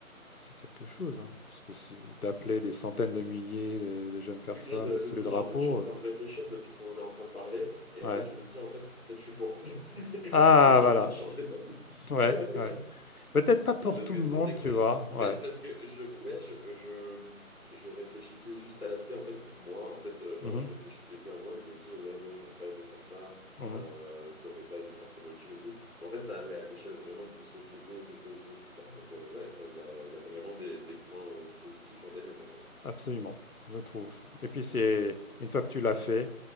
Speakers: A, on the left; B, on the left.
A: c'est quelque chose, hein, parce que c'est d'appeler des centaines de milliers de de jeunes personnes
B: C'est que là, de, de
A: sous
B: plus
A: les drapeaux,
B: en en fait, je suis en train de réfléchir depuis qu'on est en train de parler. Et
A: heu
B: en
A: ouais.
B: fait, je me dis, en fait, peut-être je suis pour. <laughs> Je
A: Ah
B: suis
A: voilà,
B: en train de changer d'avis.
A: ouais,
B: <laughs>
A: ouais. Peut-être pas pour
B: Parce
A: tout
B: que
A: le
B: c'est
A: monde,
B: vrai
A: tu
B: que,
A: vois?
B: en
A: Ouais.
B: fait, parce que je, ouais, je, je, je réfléchissais juste à l'aspect, en fait, pour moi. En fait, euh,
A: Mhm,
B: genre, je réfléchissais que à moi et je me dis, ouais, non, j'aurais pas aimé faire ça,
A: mhm.
B: euh, ça aurait pas été forcément utile et tout. Mais en fait, à l'- à l'échelle vraiment d'une société, de cohésion, etc., en fait, euh, ouais, enfin, il y a, il y a vraiment des, des points positifs en délire, en fait.
A: Absolument, je trouve et puis c'est une fois que tu l'as fait,